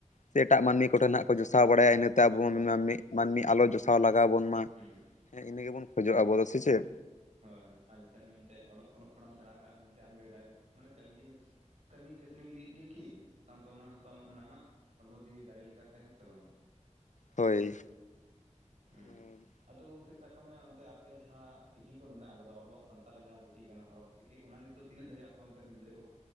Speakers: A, on the left (about 80°); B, on the right (about 70°).
A: ᱥᱮ ᱮᱴᱟᱜ ᱢᱟᱹᱱᱢᱤ ᱠᱚ ᱴᱷᱮᱱ ᱦᱟᱸᱜᱼᱼ ᱡᱚᱥᱟᱣ ᱵᱟᱲᱟᱭᱟ ᱤᱱᱟᱹᱛᱮ ᱟᱵᱚ
B: ᱦᱳᱭ
A: ᱢᱤᱫ
B: ᱦᱳᱭ
A: ᱢᱟᱹᱱᱢᱤ ᱟᱞᱚ ᱡᱚᱥᱟᱣ ᱞᱟᱜᱟᱣ ᱵᱚᱱ, ᱢᱟ
B: ᱦᱩᱸ
A: ᱤᱱᱟᱹ ᱜᱮᱵᱚᱱ ᱠᱷᱚᱡᱚᱜᱼᱟ
B: ᱟᱨ
A: ᱟᱵᱚ ᱫᱚ ᱥᱮ ᱪᱮᱫ?
B: ᱦᱳᱭ ᱟᱨ ᱥᱮᱱ ᱢᱮᱱᱛᱮ ᱚᱞᱚᱜ ᱚᱞᱚᱜ ᱯᱟᱲᱦᱟᱜᱮᱢ ᱥᱮᱬᱟ ᱠᱟᱜᱼᱟ ᱢᱮᱱᱛᱮ ᱟᱢᱜᱮ ᱰᱟᱭᱨᱮᱴ ᱢᱟᱱᱮ ᱠᱟᱹᱢᱤᱼᱼ ᱠᱟᱹᱢᱤ ᱠᱟᱹᱥᱱᱤ ᱞᱟᱹᱜᱤᱫ ᱜᱮ ᱠᱤ ᱥᱟᱶᱛᱮ ᱚᱱᱟ ᱦᱚᱸᱛᱚ ᱟᱢᱟᱜ ᱢᱟᱱᱮ ᱟᱢᱟᱜ ᱦᱚᱲᱢᱚ ᱡᱤᱣᱤ ᱫᱟᱲᱮ ᱞᱮᱠᱟᱛᱮ ᱦᱮᱸ ᱥᱮ ᱵᱟᱝ᱾
A: ᱦᱳᱭ᱾
B: ᱦᱩᱸ
A: ᱦᱮᱸ
B: ᱟᱫᱚ ᱜᱚᱝᱠᱮ ᱥᱟᱠᱟᱟᱜ ᱢᱮ ᱚᱱᱛᱮ ᱟᱯᱮ ᱡᱟᱦᱟᱸ ᱪᱤᱠᱤ ᱠᱚ ᱢᱮᱱᱟᱜ ᱠᱟᱫᱟ ᱟᱵᱚᱣᱟᱜ ᱥᱟᱱᱛᱟᱲ ᱨᱮ ᱡᱟᱦᱟᱸ ᱪᱤᱠᱤ ᱠᱟᱱᱟ ᱦᱚᱨᱚᱯᱼᱼ ᱪᱤᱠᱤ ᱚᱱᱟ ᱱᱤᱛᱚᱜ ᱛᱤᱱᱟᱹᱜ ᱫᱷᱟᱨᱮ ᱟᱯᱮ ᱚᱱᱛᱮ ᱨᱮᱱ ᱜᱤᱫᱽᱨᱟᱹ ᱠᱚ